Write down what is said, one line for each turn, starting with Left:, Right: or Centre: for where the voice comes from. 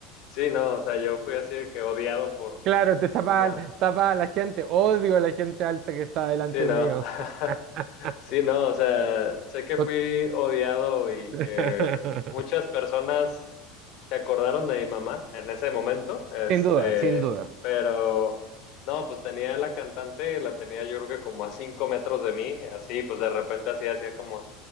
Left: Sí, no, o sea, yo fui así de que odiado por
Right: claro, te tapa,
Left: una...
Right: tapa a la gente. Odio a la gente alta que está delante
Left: Sí, no.
Right: mío.
Left: <laughs>
Right: <laughs>
Left: Sí, no, o sea, sé que fui
Right: Tot-
Left: odiado y
Right: <laughs>
Left: que muchas personas se acordaron de mi mamá en ese momento, este,
Right: Sin duda, sin duda.
Left: pero no, pues tenía la cantante, la tenía yo creo que como a cinco metros de mí, así, pues de repente así hacía como